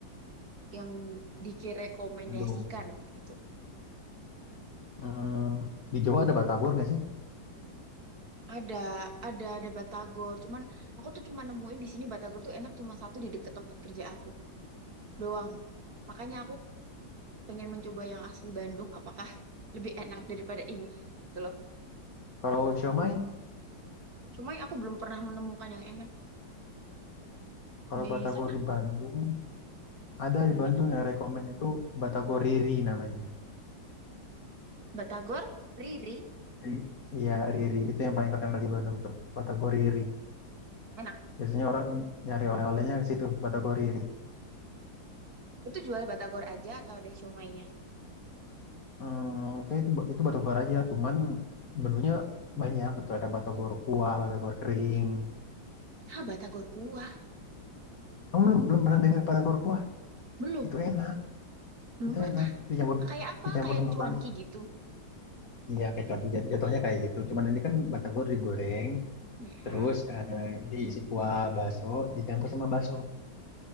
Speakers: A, on the right (about 50°); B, on the left (about 45°).
A: yang dikirekomendasikan
B: Bandung.
A: gitu.
B: Hmm, di Jawa ada batagor nggak sih?
A: Ada, ada, ada batagor. Cuman aku tuh cuma nemuin di sini batagor tuh enak cuma satu di deket tempat kerja aku doang. Makanya aku pengen mencoba yang asli Bandung. Apakah lebih enak daripada ini gitu loh.
B: Kalau siomay,
A: Cuma aku belum pernah menemukan yang enak
B: kalau
A: di
B: batagor
A: sana.
B: di Bandung ada
A: Gimana?
B: di Bandung yang rekomen itu batagor Riri namanya.
A: Batagor, Riri,
B: Ri- Iya Riri itu yang paling terkenal di Bandung tuh, batagor Riri.
A: enak.
B: Biasanya orang nyari oleh-olehnya ke situ, batagor Riri.
A: Itu jual batagor aja atau ada siomaynya?
B: Hmm, oke itu itu batagor aja, cuman menunya banyak gitu ada batagor kuah, batagor kering,
A: Ah, batagor kuah.
B: Kamu belum, belum pernah dengar batagor kuah?
A: Belum,
B: Itu enak,
A: belum
B: itu
A: pernah.
B: enak. Dicampur
A: Kayak apa?
B: dicampur
A: Kayak
B: sama
A: cuanki
B: bas.
A: gitu.
B: Iya, kayak cuan- jat- jatuhnya kayak gitu. Cuman ini kan batagor digoreng,
A: Mm-mm.
B: terus eh, diisi kuah bakso, dicampur sama bakso.